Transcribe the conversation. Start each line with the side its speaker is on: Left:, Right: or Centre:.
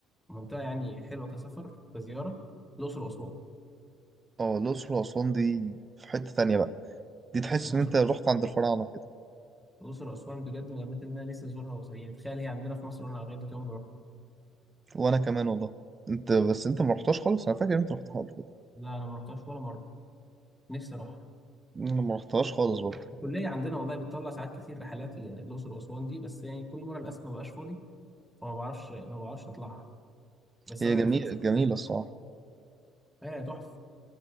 Centre: منطقه يعني حلوه كسفر كزياره الاقصر واسوان
Right: اه الاقصر واسوان دي في حته تانية بقى دي تحس
Centre: الاقصر
Right: ان انت رحت عند الفراعنه كده
Centre: الاقصر واسوان بجد من الاماكن اللي انا لسه ازورها وص- يعني تخيل هي عندنا في مصر وانا لغايه دلوقتي عمري ما رحتها
Right: وانا كمان والله انت بس انت ما رحتهاش خالص انا فاكر انت رحتها قبل كده
Centre: لا انا ما رحتهاش ولا مره نفسي اروحها
Right: انا ما رحتهاش خالص برضه
Centre: الكليه عندنا والله بتطلع ساعات كتير رحلات للاقصر واسوان دي بس يعني كل مره للاسف ما بقاش فاضي فما بعرفش ما بعرفش اطلعها بس
Right: هي
Centre: انا
Right: جميلة
Centre: في
Right: جميلة الصراحة
Centre: <laughs> ايه تحفه